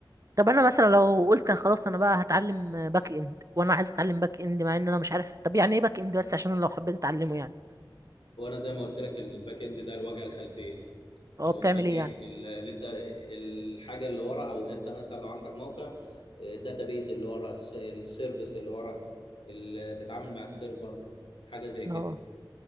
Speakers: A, on the right; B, on the left.
A: طب انا مثلا لو قلت أنا خلاص انا بقى هتعلم باك اند وانا عايز اتعلم باك اند مع ان انا مش عارف طب يعني ايه باك اند بس عشان أنا لو حبيت اتعلمه يعني
B: وانا زي ما قلت لك الباك اند ده الواجهه الخلفيه
A: اه
B: اللي
A: بتعمل
B: انت ايه
A: ايه يعني
B: اللي انت الحاجه اللي ورا او انت مثلا لو عندك موقع الداتابيز اللي ورا الس- السيرفيس اللي ورا اللي تتعامل مع السيرفر حاجه زي كده
A: اه